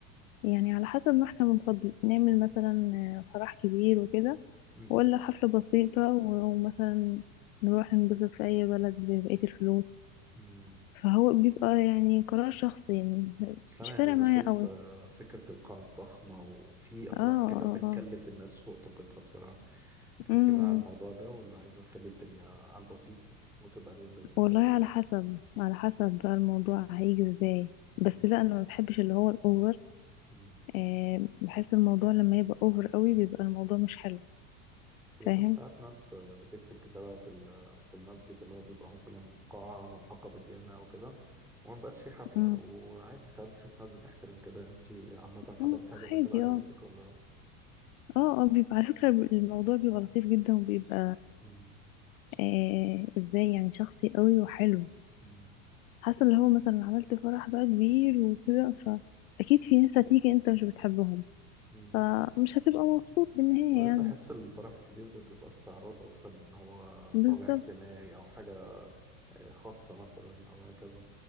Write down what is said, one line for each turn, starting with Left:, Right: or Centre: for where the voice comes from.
Left: يعني على حسب ما احنا بنفضل نعمل
Centre: مم،
Left: مثلا فرح كبير وكده
Centre: مم،
Left: ولا حفلة بسيطة و- ومثلا نروح ننبسط في اي بلد ببقية الفلوس
Centre: مم.
Left: فهو بيبقى يعني قرار شخصي يعني
Centre: بس أنا
Left: مش
Centre: يعني
Left: فارق
Centre: بشوف
Left: معايا قوي
Centre: آه، فكرة القاعة الضخمة وفي أفراح
Left: اه اه
Centre: كده بتكلف
Left: اه
Centre: الناس فوق طاقتها بصراحة انتي
Left: أمم.
Centre: مع الموضوع ده ولا عايزة تخلي الدنيا على البسيط وتبقى للذكرى
Left: والله
Centre: وكده؟
Left: على حسب على حسب بقى الموضوع هيجي ازاي بس
Centre: مم،
Left: لا انا ما بحبش اللي هو الاوفر
Centre: مم.
Left: آه، بحس الموضوع لما يبقى اوفر قوي بيبقى الموضوع مش حلو
Centre: كنت
Left: فاهم
Centre: بشوف ساعات ناس بتكتب كتابة في ال- في المسجد اللي هو بيبقى مثلا قاعة ملحقة بالجامع أو كده وما بيبقاش في حفلة
Left: مم.
Centre: وعادي ساعات بشوف ناس بتحترم كده أنت عامة حضرت
Left: مم،
Centre: حاجة زي
Left: عادي
Centre: كده عجبتك
Left: اه
Centre: ولا؟
Left: اه اه بيبقى على فكرة الموضوع بيبقى لطيف جدا وبيبقى
Centre: مم.
Left: آه ازاي يعني شخصي قوي وحلو
Centre: مم.
Left: حاسة اللي هو مثلا عملت فرح بقى كبير وكده فأكيد في ناس هتيجي انت مش بتحبهم
Centre: مم.
Left: فمش هتبقى مبسوط بالنهاية
Centre: وبعدين
Left: يعني
Centre: بحس الفرح الكبير ده بيبقى استعراض أكتر من هو
Left: بالظبط
Centre: طابع اجتماعي أو حاجة آه، خاصة مثلا أو هكذا